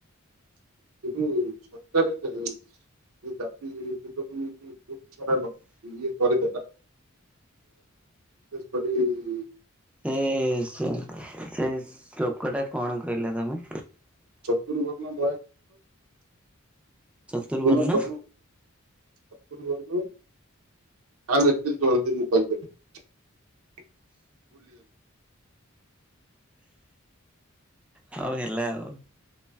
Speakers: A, on the right (about 80°); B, in the centre.
A: <inaudible> ସତରେ ଜାତି ଏ ନେଇ ବହୁ ଖରାପ ଇଏ କରିଦେଲା। ସରିଯାଇଛି।
B: ଏ ସେ ସେ ସେ ଶ୍ଳୋକଟା କଣ କହିଲ ତମେ?
A: ଚତୁର୍ ବର୍ଣ୍ଣ। <inaudible> <inaudible>
B: ଚତୁର୍ବର୍ଣ୍ଣ
A: ଚତୁର ବର୍ଣ୍ଣ। ଆଉ ଏତେ ଜଲଦି ମୁଁ କହିପାରିବି ନାହିଁ?
B: ହଉ ହେଲା ଆଉ।